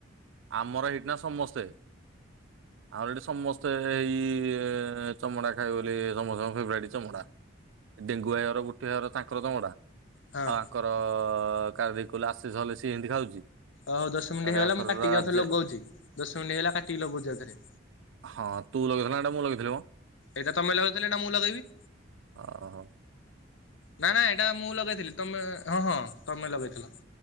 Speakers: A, on the right; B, on the left.
A: ଆମର ହେଇଟ୍ ନା ସମସ୍ତେ। ଆମର ହେଠି ସମସ୍ତେ ହେଇ ଏଁ ଚମଡ଼ା ଖାଇ ବୋଲି ସମସ୍ତଙ୍କ ଫେବରାଇଟ୍ ଚମଡ଼ା। ଡେଙ୍ଗୁଆଇ ଘର ବୁଟି ଆଇ ଘର ଆର ତାଙ୍କର ଚମଡ଼ା।
B: ହଁ
A: ଆଉ ଆଙ୍କର କାର ଦେଇ କହିଲୁ ଆଶିଶ ହେଲେ ସଏ ହେନ୍ତି ଖାଉଛି।
B: ଓହୋ ଦଶ ମିନିଟ
A: ତାପରେ
B: ହେଇଗଲା
A: ଆଙ୍କର
B: ମୁଁ କାଟିକି
A: ରାଜେ
B: ଆଉଥରେ ଲଗୋଉଛି ଦଶ ମିନିଟ ହେଇଗଲା କାଟିକି ଲଗୋଉଛି ଆଉଥରେ।
A: ହଁ ତୁ ଲଗେଇଥିଲୁ ନା ଏଟା ମୁଁ ଲଗେଇଥିଲିିମ।
B: ଏଟା ତମେ ଲଗେଇଥିଲ ଏଇନା ମୁଁ ଲଗେଇବି।
A: ଓ ହୋ।
B: ନା ନା ଏଇଟା ମୁଁ ଲଗେଇଥିଲି ତମେ ହଁ ହଁ ତମେ ଲଗେଇଥିଲ।